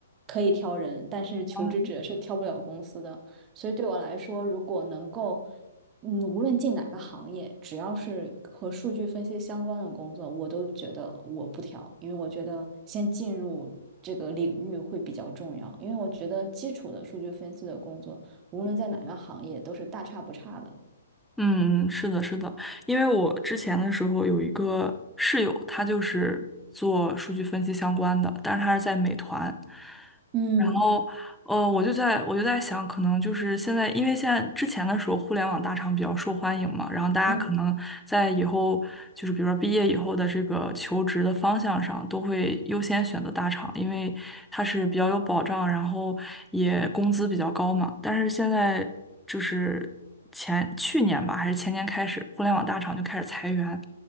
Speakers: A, on the right (about 25°); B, in the centre.
A: 可以挑人，但是求职者是挑不了公司的。
B: 嗯
A: 所以对我来说，如果能够，嗯，无论进哪个行业，只要是和数据分析相关的工作，我都觉得我不挑，因为我觉得先进入这个领域会比较重要，因为我觉得基础的数据分析的工作。无论在哪个行业都是大差不差的。
B: 嗯，是的，是的，因为我之前的时候有一个室友，他就是做数据分析相关的，但是他是在美团，
A: 嗯
B: 然后哦，我就在我就在想，可能就是现在，因为现在之前的时候，互联网大厂比较受欢迎嘛，然后大家可能在以后就是比如说毕业以后的这个求职的方向上，
A: 嗯
B: 都会优先选择大厂，因为它是比较有保障，然后也工资比较高嘛。但是现在就是前去年吧，还是前年开始，互联网大厂就开始裁员，